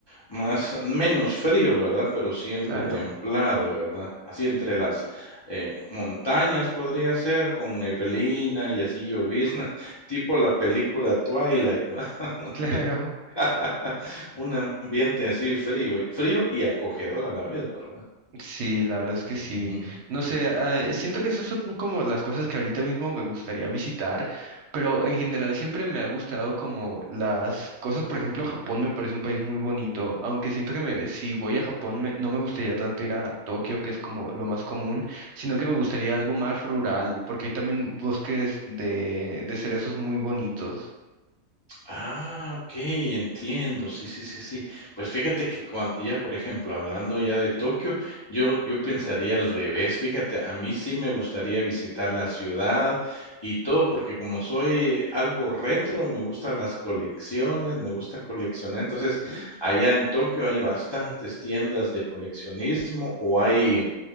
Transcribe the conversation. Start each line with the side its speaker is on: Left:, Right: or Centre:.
Left: Más menos frío, ¿verdad? Pero siempre
Right: Claro,
Left: templado, ¿verdad? Así entre las, eh, montañas podría ser, con neblina y así llovizna, <laughs> tipo la película Twilight, ¿verdad? <laughs>
Right: <laughs> claro.
Left: Donde <laughs> un ambiente así frío, frío y acogedor a la vez, ¿verdad?
Right: Sí, la verdad es que
Left: Mm.
Right: sí. No sé, ah, siento que esas son como las cosas que ahorita mismo me gustaría visitar, pero en general siempre me ha gustado como las cosas, por ejemplo, Japón me parece un país muy bonito, aunque siento que me, si voy a Japón me- no me gustaría tanto ir a Tokio, que es como lo más común, sino que me gustaría algo más rural, porque hay también bosques de, de cerezos muy bonitos.
Left: Ah, okey, entiendo. Sí, sí, sí, sí. Pues fíjate que cuando ya, por ejemplo, hablando ya de Tokio, yo yo pensaría al revés, fíjate, a mí sí me gustaría visitar la ciudad y todo, porque como soy algo retro, me gustan las colecciones, me gusta coleccionar. Entonces,
Right: Ujú,
Left: allá en Tokio hay bastantes tiendas de coleccionismo o hay